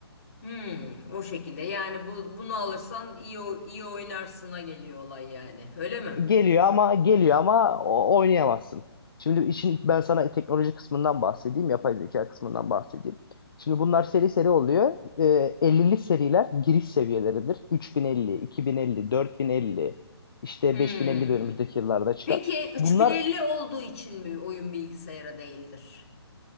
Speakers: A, on the left; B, on the left.
A: Hmm, o şekilde. Yani bu bunu alırsan iyi o- iyi oynarsına geliyor olay yani. Öyle mi?
B: Geliyor ama geliyor ama o- oynayamazsın. Şimdi işin ben sana teknoloji kısmından bahsedeyim, yapay zeka kısmından bahsedeyim. Şimdi bunlar seri seri oluyor. Ee, 50'li seriler giriş seviyeleridir. 3050, 2050, 4050, işte
A: Hmm.
B: 5050 de önümüzdeki yıllarda çıkar.
A: Peki 3050
B: Bunlar
A: olduğu için mi oyun bilgisayara değildir?